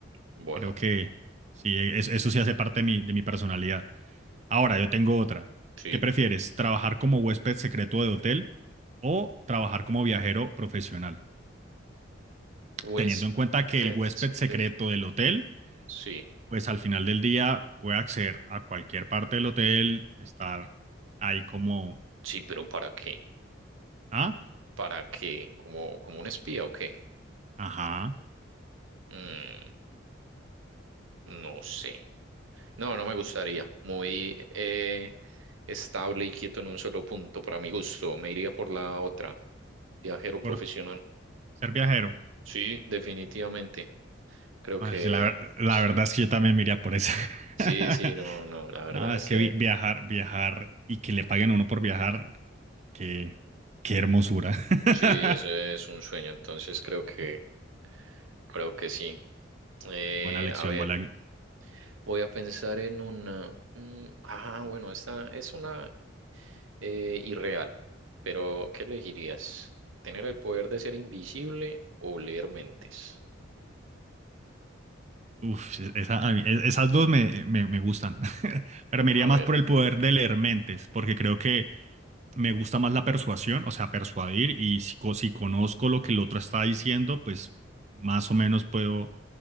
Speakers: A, on the right; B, on the right.
A: Bueno,
B: Creo que sí, es- eso sí hace parte de mi, de mi personalidad. Ahora, yo tengo otra.
A: sí.
B: ¿Qué prefieres? ¿Trabajar como huésped secreto de hotel o trabajar como viajero profesional?
A: Huésped
B: Teniendo en cuenta que el huésped
A: secreto.
B: secreto del hotel
A: Sí,
B: pues al final del día puede acceder a cualquier parte del hotel, estar ahí como,
A: sí, pero ¿para qué?
B: ah,
A: ¿Para qué? ¿Como, como un espía o qué?
B: ajá,
A: Mm, no sé. No, no me gustaría. Muy eh, estable y quieto en un solo punto, para mi gusto. Me iría por la otra. Viajero
B: por
A: profesional.
B: ser viajero.
A: Sí, definitivamente. Creo
B: Ay,
A: que
B: sí, la, la
A: sí.
B: verdad es que yo también me iría por eso.
A: Sí,
B: <laughs>
A: sí, no, no, la verdad
B: No, es
A: es...
B: que vi- viajar, viajar y que le paguen a uno por viajar, qué, qué hermosura. <laughs>
A: Sí, eso es un sueño, entonces creo que, creo que sí. Eh,
B: Buena lección,
A: a ver,
B: buena.
A: voy a pensar en una. mm, ah, bueno, esta es una eh, irreal, pero ¿qué elegirías? ¿Tener el poder de ser invisible o leer mentes?
B: Uf, esa- a mí- e, esas dos me, me, me gustan. <laughs> Pero me
A: A
B: iría más
A: ver,
B: por el poder de leer mentes, porque creo que me gusta más la persuasión, o sea, persuadir, y si, co- si conozco lo que el otro está diciendo, pues más o menos puedo,